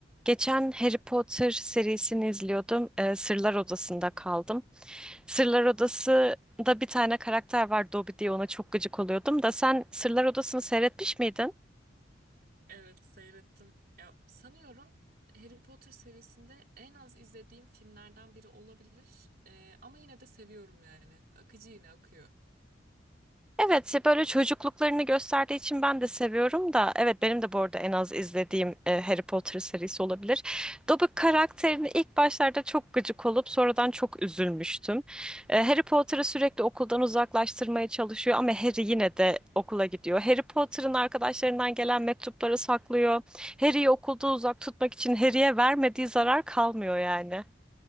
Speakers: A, in the centre; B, on the right (about 50°).
A: Geçen Harry Potter serisini izliyordum. Ee, Sırlar Odası'nda kaldım. Sırlar Odası'nda bir tane karakter var Dobby diye ona çok gıcık oluyordum da sen Sırlar Odası'nı seyretmiş miydin?
B: Evet seyrettim. Ya sanıyorum Harry Potter serisinde en az izlediğim filmlerden biri olabilir. Ee, ama yine de seviyorum yani. Akıcı yine akıyor.
A: Evet, ya böyle çocukluklarını gösterdiği için ben de seviyorum da evet benim de bu arada en az izlediğim e, Harry Potter serisi olabilir. Dobby karakterini ilk başlarda çok gıcık olup sonradan çok üzülmüştüm. E, Harry Potter'ı sürekli okuldan uzaklaştırmaya çalışıyor ama Harry yine de okula gidiyor. Harry Potter'ın arkadaşlarından gelen mektupları saklıyor. Harry'i okulda uzak tutmak için Harry'e vermediği zarar kalmıyor yani.